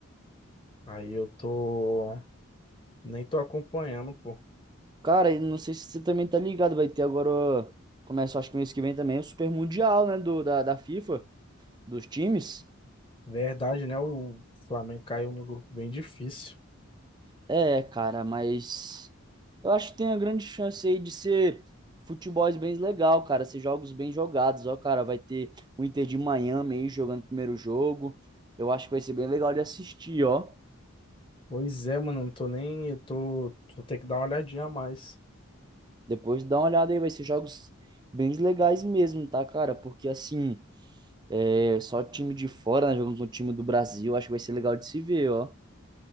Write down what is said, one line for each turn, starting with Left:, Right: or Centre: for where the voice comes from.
Left: Aí eu tô. Nem tô acompanhando, pô.
Right: Cara, e não sei se você também tá ligado, vai ter agora, ó, começa acho que mês que vem também, o Super Mundial, né, do, da, da FIFA, dos times.
Left: Verdade, né? O Flamengo caiu num grupo bem difícil.
Right: É, cara, mas eu acho que tem a grande chance aí de ser futebol bem legal, cara, ser jogos bem jogados. Ó, cara, vai ter o Inter de Miami aí jogando o primeiro jogo. Eu acho que vai ser bem legal de assistir, ó.
Left: Pois é, mano, eu não tô nem. Eu tô. Vou ter que dar uma olhadinha a mais.
Right: Depois dá uma olhada aí, vai ser jogos bem legais mesmo, tá, cara? Porque assim, é só time de fora, né? Jogando com o time do Brasil, acho que vai ser legal de se ver, ó.